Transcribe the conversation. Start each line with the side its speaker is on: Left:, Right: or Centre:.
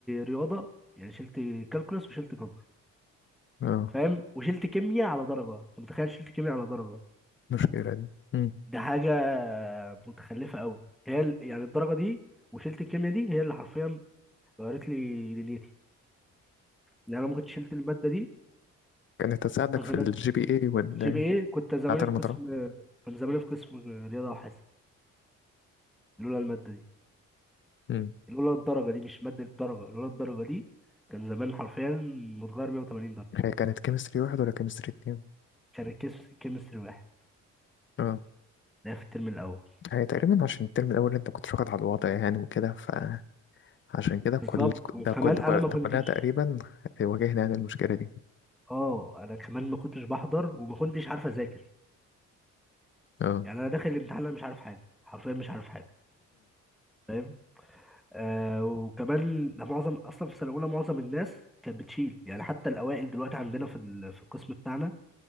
Centre: رياضه يعني شلت كالكولس وشلت جبر
Left: اه
Centre: فاهم وشلت كيمياء على درجه انت متخيل شلت كيمياء على درجه
Left: المشكلة دي امم
Centre: دي حاجه متخلفه قوي هي ال- يعني الدرجه دي وشلت الكيمياء دي هي اللي حرفيا غيرت لي دنيتي لان انا ما كنتش شلت الماده دي
Left: كانت هتساعدك
Centre: كان
Left: في
Centre: زمان
Left: الجي بي اي وال
Centre: جي بي اي كنت زماني
Left: بتاعت المطرح
Centre: في قسم كنت زماني في قسم رياضه وحاسب لولا الماده دي
Left: امم
Centre: لولا الدرجه دي مش ماده الدرجه لولا الدرجه دي كان زمان حرفيا متغير 180 درجه
Left: هي كانت كيمستري واحد ولا كيمستري اتنين
Centre: عشان الكيمستري واحد
Left: اه
Centre: ده في الترم الاول
Left: هي تقريبا عشان الترم الاول انت كنت واخد على الوضع يعني وكده فعشان كده
Centre: بالظبط
Left: كل
Centre: وكمان
Left: ده كل ده,
Centre: انا
Left: كل
Centre: ما
Left: ده
Centre: كنتش
Left: كلها تقريبا واجهنا يعني المشكلة دي
Centre: اه انا كمان ما كنتش بحضر وما كنتش عارف اذاكر
Left: اه
Centre: يعني انا داخل الامتحان انا مش عارف حاجه حرفيا مش عارف حاجه فاهم آه وكمان ده معظم اصلا في سنه اولى معظم الناس كانت بتشيل يعني حتى الاوائل دلوقتي عندنا في ال- في القسم بتاعنا